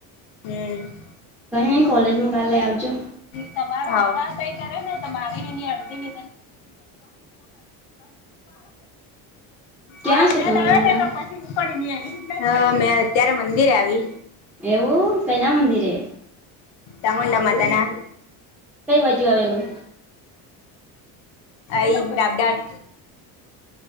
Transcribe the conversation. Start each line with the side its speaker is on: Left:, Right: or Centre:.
Left: હમ.
Centre: કઈ ની કોલેજમો કાલે આવજો.
Left: તમાર અતાર કાઈ કરે ને તો મારેન એની અળધી <inaudible>
Centre: ક્યાં
Left: હા
Centre: છે
Left: યાદ
Centre: તમે
Left: આવ
Centre: હમણાં
Left: છે તો પછી હું પણ એની એવી રીતના, હ મેં અત્યારે મંદિરે આવી.
Centre: એવું કૈના મંદિરે.
Left: ચામુંડા માતાના.
Centre: કઈ બાજુ આવેલું?
Left: આઈ રાબડાળ.